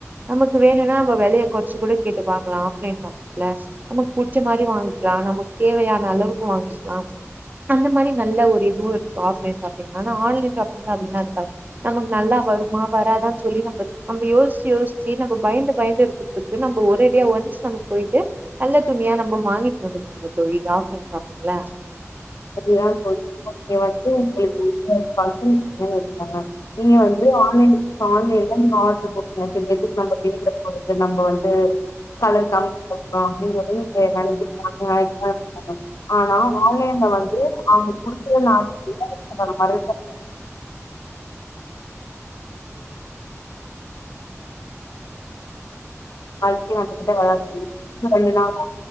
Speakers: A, on the right; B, on the left.
A: நமக்கு வேணும்னா நம்ம வெலைய கொறச்சு கூட கேட்டு வாங்கலா ஆஃப்லைன் ஷாப்ல நமக்கு புச்ச மாரி வாங்கிக்கலா நம்ப தேவையான அளவுக்கு வாங்கிக்கலாம் அந்த மாரி நல்ல ஒரு இதுவு இருக் ஆஃப்லைன் ஷாப்பிங் ஆன ஆன்லைன் ஷாப்பிங்தா வின்னா இருக்காது நமக்கு நல்லா வருமா வராதான்னு சொல்லி நம்ம நம்ம யோசிச்சி யோசிச்சி நம்ம பயந்து பயந்து இருக்கு த்து நம்ம ஒரே டியே ஒன்ஸ் நம்ம போயிட்டு நல்ல
B: தோழி.
A: துணியா நம்ம வாங்கி இன்னா பண்ணாங்க தோழி ஆஃப்லைன் ஷாப்பிங்ல
B: அதிதா தோழி நீங்க வந்து உங்களுக்கு <unintelligible> பண்ணீங்க வச்சிக்கோங்க நீங்க வந்து ஆன்லைல ஆன்லைன்ல நீங்க ஆடரு போட்டிங்க <unintelligible> எதுக்கு நம்ம வீட்ல போறது நம்ம வந்து கலர் கம்மிய இருக்கு அப்பிடின்றது நீங்க நெனைக்கா ஆனா ஆன்லைன்ல வந் து அவுங்க குடுக்கலான கூட <unintelligible> சே நம்மகிட்ட விளா சொல்லி ரெண்டு நாாளா